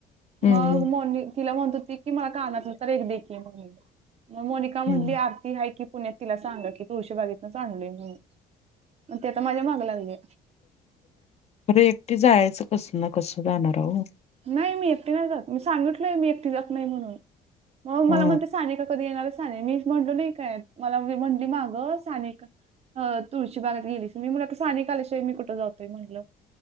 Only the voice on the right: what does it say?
मग मोनी तिला म्हणत होती की मला कान तर एक दे की म्हण म मोनिका म्हणली
आरती ह की पुण्यात तिला सांगा की तुळशी बागेतनच आणलय म्हणून मग ते आता माझ्या माग लागे.
नाही मी एकटी नाही जात मी सांगितलोय मी एकटी जात नाही म्हणून मग
मला म्हणते साने का कधी येणार. मीच म्हटलो नाही काय मलाी म्हटली मागं साने अ तुळशी भागात गेलीच मी मुला सानेिक कालशिवा मीुठ जातोय म्हटलं